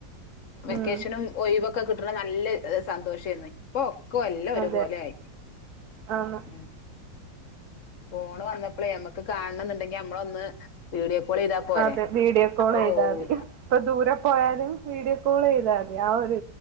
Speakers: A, on the left; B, on the right.
A: വെക്കേഷനും
B: ഉം
A: ഒഴിവൊക്കെ കിട്ടണ നല്ല സന്തോഷേര്ന്ന് ഇപ്പൊ ഒക്ക അല്ല ഒരുപോലെ
B: അതെ
A: ആയി
B: ആണ്
A: ഉം ഫോണ് വന്നപ്പളേ നമുക്ക് കാണണം എന്നുണ്ടെങ്കി നമ്മളൊന്ന് വീഡിയോ കോൾ ചെയ്താ പോരെ
B: അതെ വീഡിയോ കോൾ
A: അപ്പൊ
B: ചെയ്താ
A: പോവൂല
B: മതി ഇപ്പൊ ദൂരെ പോയാലും വീഡിയോ കോൾ ചെയ്താ മതി യാര്